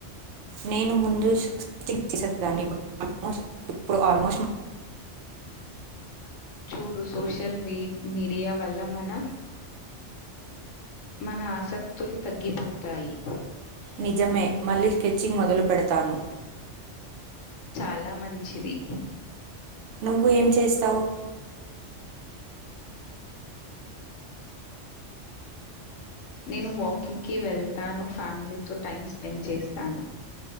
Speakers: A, on the right (about 75°); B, on the left (about 85°).
A: నేను ముందు స్టిచింగ్ చేసేదాన్ని ఇప్పుడు ఆల్మోస్ట్
B: చూడు సోషల్ మీడియా వల్ల మన మన ఆసక్తులు తగ్గిపోతాయి.
A: నిజమే మళ్ళీ స్కెచింగ్ మొదలు పెడతాను
B: చాలా మంచిది
A: నువ్వు ఏం చేస్తావు
B: నేను వాకింగ్ కి వెళ్తాను ఫ్యామిలీతో టైమ్ స్పెండ్ చేస్తాను